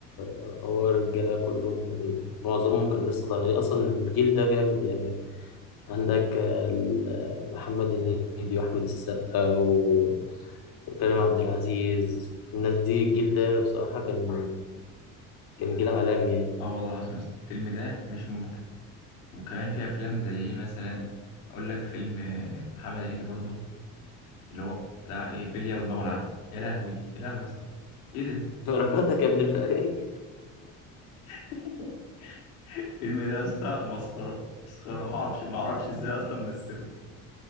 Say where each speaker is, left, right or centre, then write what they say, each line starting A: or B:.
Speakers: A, on the left; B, on the left.
A: وهو الرجالة كلهم كان معظمهم كان لسه طالعين يعني اصلا الجيل ده جامد يعني عندك آه، ال- محمد هنيدي واحمد السقا و- وكريم عبد العزيز الناس دي الجيل ده بصراحة كان كان جيل عالمي يعني
B: اه والله العظيم يا اسطى الفيلم ده مش ممكن وكمان في افلام زي ايه مثلا اقول لك فيلم آه، محمد هنيدي برضه اللي هو بتاع ايه بلية ودماغه العالية يا لهوي يا لهوي يا اسطى ايه ده
A: <laughs> بركاتك يا ابن الفقري
B: <laughs> الفيلم ده يا اسطى مسخرة مسخرة معرفش معرفش ازاي اصلا مثله